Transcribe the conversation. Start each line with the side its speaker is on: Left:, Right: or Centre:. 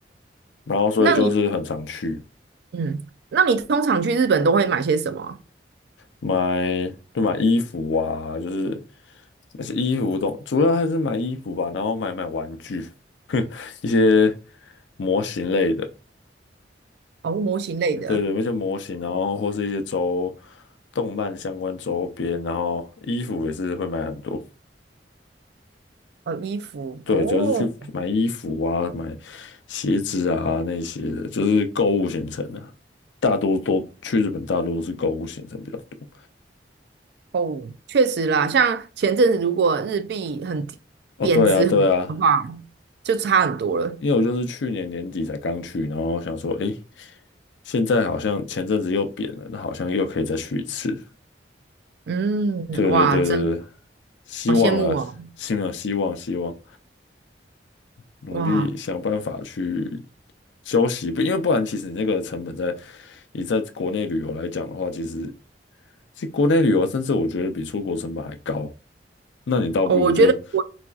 Left: 然后所以就是很常去，
Right: 那你嗯，那你通常去日本都会买些什么啊？
Left: 买就买衣服啊，就是那些衣服东，主要还是买衣服吧，然后买买玩具，一些模型类的，
Right: 哦，模型类的，
Left: 对对，一些模型，然后或是一些周动漫相关周边，然后衣服也是会买很多，
Right: 哦，衣服，
Left: 对，
Right: 哦
Left: 就是去买衣服啊，买鞋子啊那些的，就是购物行程啊，大多都去日本，大多都是购物行程比较多。
Right: 哦，确实啦，像前阵子如果日币很低贬值很多的话，
Left: 哦，对啊，对啊，
Right: 就差很多了。
Left: 因为我就是去年年底才刚去，然后想说，诶，现在好像前阵子又贬了，那好像又可以再去一次。
Right: 嗯，
Left: 对对对对对，
Right: 哇，真
Left: 希望啦，
Right: 好羡慕哦，
Left: 希望希望希望，努力想办法去
Right: 哇
Left: 休息，不因为不然，其实你那个成本在你在国内旅游来讲的话，其实其实国内旅游甚至我觉得比出国成本还高，那你倒不如就
Right: 哦，我觉得我